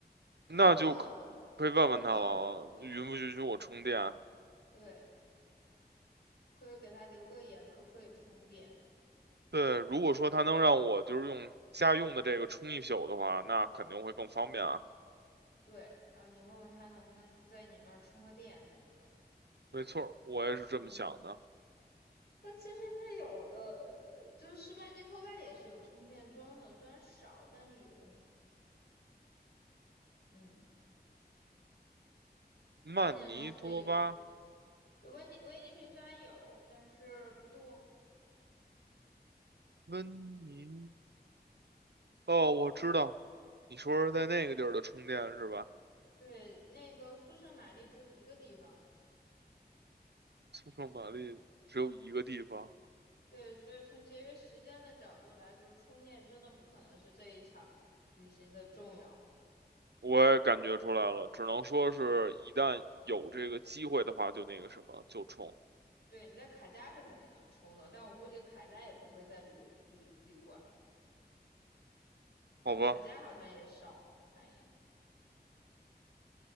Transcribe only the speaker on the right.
那就可可以问问他了，
允不允许我充电啊？
对，如果说他能让我就是用家用的这个充一宿的话，那肯定会更方便啊。
没错儿，我也是这么想的。
曼尼托巴，
温尼。
哦，我知道，你说是在那个地儿的充电是吧？
速胜玛丽只有一个地方，
我也感觉出来了，只能说是一旦有这个机会的话，就那个什么，就充
好吧？